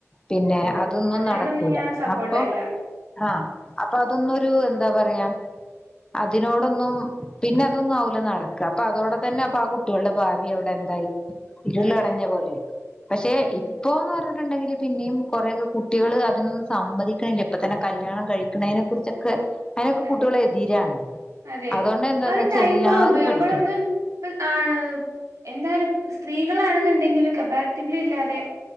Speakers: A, on the left; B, on the right.
A: പിന്നെ
B: അതെ
A: അതൊന്നും
B: അതിനോടൊന്നും
A: നടക്കൂല
B: ഞാൻ സപ്പോർട്ടല്ല
A: അപ്പൊ ആഹ് അപ്പൊ അതൊന്നൊരു എന്താ പറയാ അതിനോടൊന്നും പിന്നെ അതൊന്നും ആവൂല നടക്ക അപ്പൊ അതോടൊ പ്പന്നെ അപ്പൊ ആ കുട്ട്യേള്ടെ ഭാവി അവിടെന്തായി ഇരുള്
B: അതെ
A: അടഞ്ഞ പോലായി പക്ഷെ
B: ഉം
A: ഇപ്പോന്ന്
B: ഉം
A: പറ ഞ്ഞ്ണ്ടെങ്കില് പിന്നിം കൊറേയൊക്കെ കുട്ടികൾ അതിനൊന്നും സമ്മതിക്ക്ണില്ല ഇപ്പത്തെന്നെ കല്യാണം കഴിക്ക്ണേനെ കുറിച്ചൊക്കെ അയിനൊക്കെ കുട്ട്യേള്
B: അതെ
A: എതിരാണ്
B: അതെ
A: അതുകൊണ്ട് എന്താന്ന്
B: ആ ഒരു
A: വെച്ചാ
B: ടൈം
A: എല്ലാരും
B: ആവുമ്പോ
A: പഠിക്ക്ണ്ട്
B: നമ്മളൊന്ന് ഇപ്പ ആഹ് എന്തായാലും സ്ത്രീകളാണെന്ന്ണ്ടെങ്കിലും കബാറ്റിബ്ലി ഇല്ലാതെ